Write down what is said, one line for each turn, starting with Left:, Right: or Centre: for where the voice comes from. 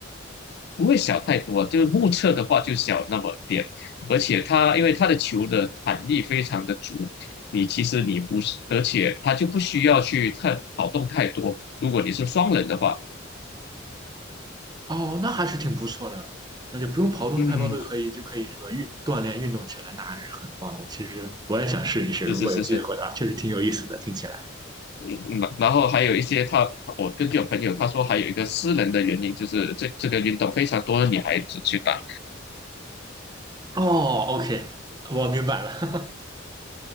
Left: 不会小太多，就是目测的话就小那么点，而且它因为它的球的弹力非常的足，你其实你不是，而且它就不需要去太跑动太多。如果你是双人的话，
Right: 哦，那还是挺不错的，那就不用跑动太多，
Left: 嗯，
Right: 都可以就可以这个运锻炼运动起来，那还是很棒的。其实我也想试一试，如果有机会的话，
Left: 是是是是。
Right: 确实挺有意思的，听起来。
Left: 嗯，然后还有一些他，我根据我朋友他说，还有一个私人的原因，就是这这个运动非常多的女孩子去打，
Right: 哦，OK，我明白了。